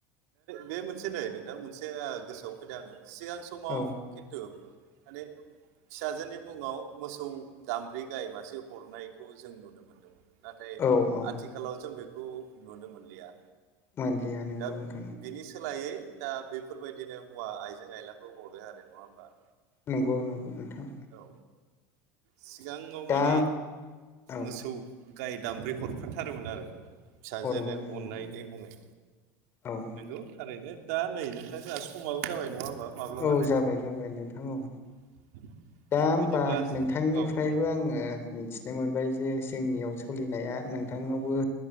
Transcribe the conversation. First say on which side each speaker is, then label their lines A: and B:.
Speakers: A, on the right (about 75°); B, on the left (about 30°).
A: बे मोनसे नै नोंथां मोनसे गोसोआव फैदों आङो सिगां समाव
B: औ
A: खिन्थु माने फिसाजोनि मुङाव मोसौ दामब्रि गाय मासे हरनायखौ जों नुनो मोन्दोंमोन। नाथाय
B: औ औ
A: आथिखालाव जों बेखौ नुनो मोनलिया।
B: मोनलिया। नंगौ
A: दा
B: नोंथां
A: बिनि सोलायै दा बेफोरबायदिनो हुवा आयजें आयलाखौ हरो आरो नङा होमबा?
B: नंगौ नंगौ नोंथां।
A: औ सिगाङाव
B: दा
A: माने
B: औ
A: मोसौ गाय दामब्रै हरफाथारोमोन आरो। फिसाजोनो
B: हरोमोन नंगौ
A: अन्नायनि
B: नंगौ
A: मुङै
B: औ
A: नंगौ। थारैनो दा नै नोंथां जोंहा समाबो जाबाय नङा होमबा? माब्लाबानो
B: औ जाबाय जाबाय नोंथां औ।
A: <inaudible>
B: दा होमबा
A: बिदिब्ला
B: नोंथांनिफ्रायबो
A: औ बुं
B: आङो मिथिनो मोनबाय जे जोंनियाव सोलिनाया नोंथांनावबो